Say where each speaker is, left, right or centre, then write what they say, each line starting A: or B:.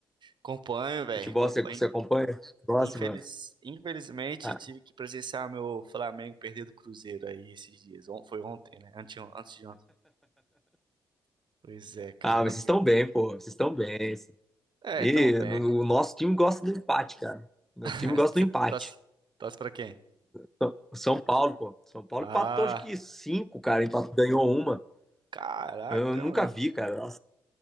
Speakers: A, on the right (about 45°); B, in the centre.
A: Acompanho, velho,
B: Futebol
A: acompanho.
B: você, você acompanha? Gosta,
A: Infeliz...
B: mano?
A: Infelizmente,
B: Ah,
A: tive que presenciar meu Flamengo perder do Cruzeiro aí esses dias. On- Foi ontem, né? Antes, antes de ontem. Pois é, cara.
B: ah,
A: Não...
B: mas
A: que-
B: vocês estão bem, pô. Vocês estão bem.
A: É,
B: E
A: tamo bem.
B: o nosso time gosta do empate, cara. O
A: <laughs>
B: time gosta
A: Você
B: do empate.
A: torce, torce pra quem?
B: Então, São Paulo, pô. São Paulo
A: Ah,
B: empatou acho que cinco, cara. Empatou, ganhou uma.
A: caraca,
B: Eu nunca
A: mano.
B: vi, cara. Nossa.